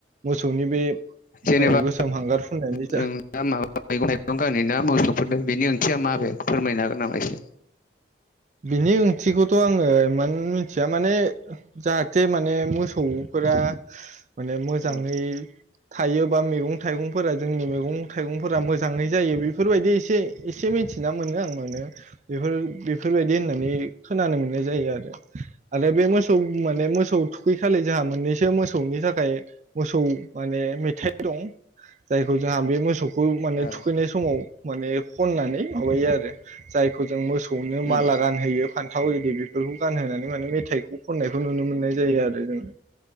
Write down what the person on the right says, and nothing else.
मोसौनि बे
औ गोसोम हांगार फुननायनि
जा
बिनि ओंथिखौथ' आङो इमान मिथिया माने जाहाथे माने मोसौ फोर माने मोजाङै
थायोबा मैगं थाइगंफोरा जोंनि मैगं थाइगंफोरा मोजाङै जायो बेफोरबायदि एसे एसे मिथिना मोनो आं माने बेफोर बेफोरबायदि होननानै खोनानो मोननाय जायो आरो आरो बे मोसौ माने मोसौ थुखैखालि जोंहा मोननैसो मोसौनि थाखाय मोसौ माने मेथाइ दं जायखौ जोंहा बे मोसौ खौथुखैनाय
समाव माने खननानै माबायो आरो जायखौ जों मोसौ नो
माला गानहोयो फान्थाव इदि बे बेफोरखौ गानहोनानै माने मेथाइखौ खननायखौ नुनो मोननाय जायो आरो जोङो